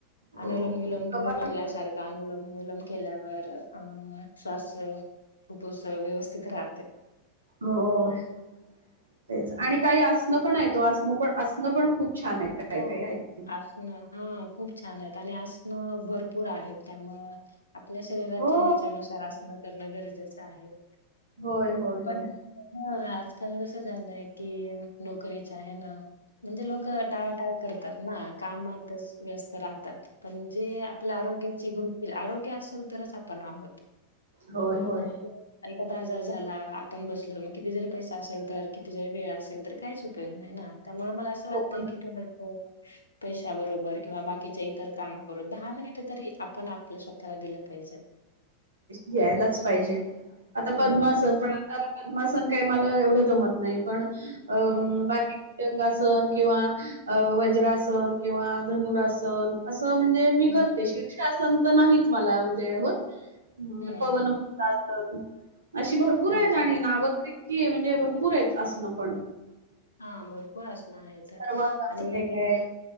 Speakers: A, on the right; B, on the left.
A: हो
B: अनोलम
A: हो
B: विलम
A: कपात
B: तुम्ही म्हणल्यासारखा अनुोलम केल्यावर अ शवास खूपच व्यवस्थित राह
A: हो ते आणि काही असणं पण आहे तो असणं पण असणं पण खूप छान आहेत
B: हो
A: काय काय आहेी
B: आसनं हा खूप छान आहेत आणि आजन भरपूर आहेत त्यामु आपल्या शरीराच्या
A: हो
B: ह्याच्यानुसार आसनं करणं गरजेचं आहे
A: होय होय
B: पण
A: होय
B: ह आजकाल कस झालंय की नोकरीच आहे ना म्हणजे लोक टाटा करतात ना कामातच व्यस्त राहतात पणजे आपल्या आरोग्याची गर आरोग्य असेल तरच आपण आहोत
A: होय होय
B: नाही एखादा हजार झाला आपण बसल मग किती जरी पैसा असेल तर किती जरी वेळ असेल तर काहीच उपयोग नाही ना त्यामुळे मला असं वाटत
A: हो
B: तु पै बरोबर किं बाच्या इतर काम कर दहा मिनिट त आपण आपल्या स्वतःला दिलं पाहिजे.
A: द्यायलाच पाहिजे आता पद्मा
B: हो ना.
A: असन पण आता अद्मासन काही मला एवढं जमत नाही पण अ
B: हम्म.
A: बाकी ासन किंवा वज्रासन किंवा धनुरासन अस म्हणजे मी
B: हम्म.
A: करते शीषासन तर नाहीच मला म्हणजे होत हम्
B: हम्म.
A: पवन
B: हम्म.
A: मुक्ता अस अशी भरपूर
B: हा,
A: आहेत
B: हा.
A: आणि नाव तर कि म्हणजे भरपूर आहे असण पण
B: हा भरपूर असणं आहे
A: सर्वांगासन
B: तर आणि
A: एक आहे